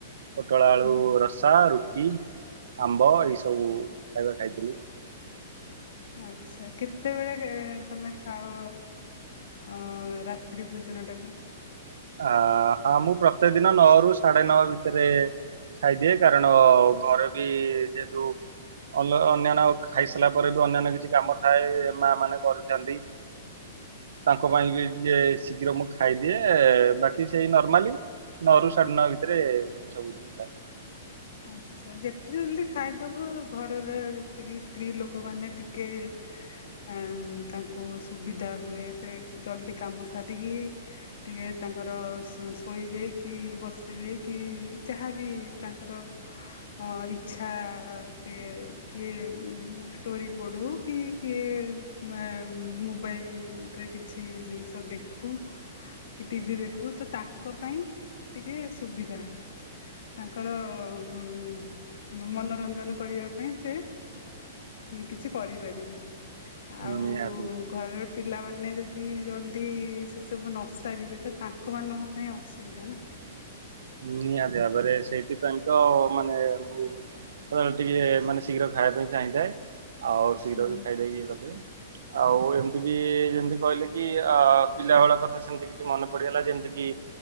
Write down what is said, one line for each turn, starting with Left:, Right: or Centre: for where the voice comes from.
Right: ପୋଟଳ ଆଳୁ
Left: ହୁଁ
Right: ରସା ରୁଟି ଆମ୍ବ ଏଇସବୁ ଖାଇବା ଖାଇଥିଲି।
Left: ଆଛା କେତେବେଳେ ତମେ ଖାଅ। ଅ ରାତ୍ରି ଭୋଜନ ଟାକୁ।
Right: ଅ ହଁ ମୁଁ ପ୍ରତ୍ୟକ ଦିନ ନଅରୁୁ ସାଢେ ନଅ ଭିତରେ ଖାଇଦିଏ କାରଣ ଘରେ ବି ଯେହେତୁ। ଅ ଅନ୍ୟାନ୍ୟ ଖାଇସାରିଲା ପରେ ବି ଅନ୍ୟାନ୍ୟ କିଛି କାମ ଥାଏ ମା ମାନେ କରିଥାନ୍ତି। ତାଙ୍କ ପାଇଁ ବି ଟିକେ ଶୀଘ୍ର ମୁଁ ଖାଇଦିଏ। ବାକି ସେଇ ନର୍ମାଲି ନଅ ର ସାଢ଼େ ନଅ ଭିତରେ ମୁଁ ସବୁଦିନ ଖାଏ।
Left: ଆଚ୍ଛା ଯେତେ ଜଲଦି ଖାଇଦବ ଘରର ଯେତିକି ସ୍ତ୍ରୀ ଲୋକମାନେ ଟିକେ
Right: ହ
Left: ଆ ତାଙ୍କୁ ସୁବିଧା ହୁଏ ସେ ଜଲଦି କାମ ସାରିକି ଟିକେ ତା ତାଙ୍କର ସୋ ଶୋଇବେ କି ବସିବେ କି ଯାହାବି ତାଙ୍କର
Right: ହ
Left: ହଁ ଇଛା ସେ କିଏ ଷ୍ଟୋରି ପଢୁ କି କିଏ ମେ ମୋବାଇଲରେ କିଛି ଜିନିଷ ଦେଖୁ ଟିଭି ଦେଖୁ ତ ତାଙ୍କ ପାଇଁ ଟିକେ ସୁବିଧା। ତାଙ୍କର ଉ ମନୋରଞ୍ଜନ କରିବା ପାଇଁ ସେ କିଛି କରିପାରିବି ଆଉ
Right: ନିହାତି।
Left: ଘରେ ପିଲାମାନେ ଯଦି ଜଲଦି ସେ ସବୁ ନସାରିବେ ତ ତାଙ୍କ ମାନଙ୍କ ପାଇଁ ଅସୁବିଧା ନା।
Right: ନିହାତି ଭାବରେ ସେଇଥିପାଇଁ ତ ମାନେ ମୁଁ ଖରାବେଳେ ଟିକେ ମାନେ ଶୀଘ୍ର ଖାଇବା ପାଇଁ ଚାହିଁଥାଏ। ଆଉ ଶୀଘ୍ର
Left: ହୁଁ
Right: ବି ଖାଇଦ ଇଏ କରିଦେ ଆଉ ଏମିତି ବି ଯେମିତି କହିଲେ କି ଅ ପିଲା ବେଳ କଥା ସେମିତି କିଛି ମନେ ପଡିଗଲା ଯେମିତି କି